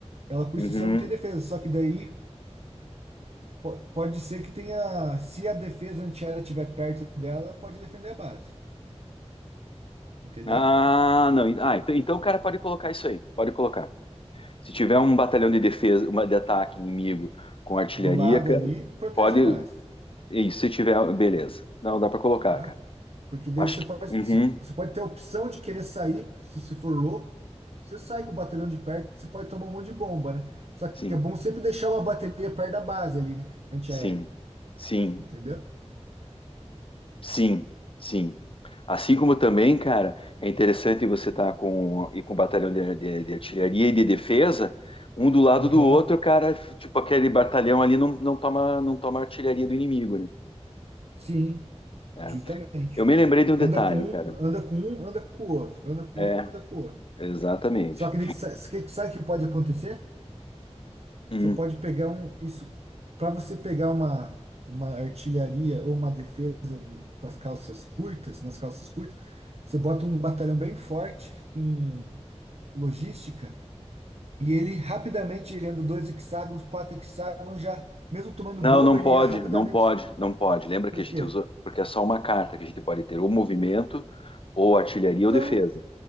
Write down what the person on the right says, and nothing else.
Ela por
si só não tem defesa, só que daí po- Pode ser que tenha, se a defesa antiaérea estiver perto dela, ela pode defender a base, entendeu?
Do lado
ali, protege
a base,
tá?
Porque daí
você
pode,
você pode ter a opção de querer sair, se você for louco, você sai com o batalhão de perto, você pode tomar um monte de bomba, né? Só que
é bom sempre deixar uma bateria perto da base ali, né? Antiaérea,
entendeu?
Aham,
Sim,
justamente.
Anda com um,
anda com um, anda com o outro, anda com
um, anda com o outro.
Só que daí sa- sabe o que que pode acontecer?
Você pode pegar um, isso, para você pegar uma, uma artilharia ou uma defesa com as calças curtas, nas calças curtas, você bota um batalhão bem forte com logística e ele rapidamente ele anda dois hexágonos, quatro hexágonos já, mesmo tomando
bomba,
ele
ia rapidamente.
Por
quê?
Então,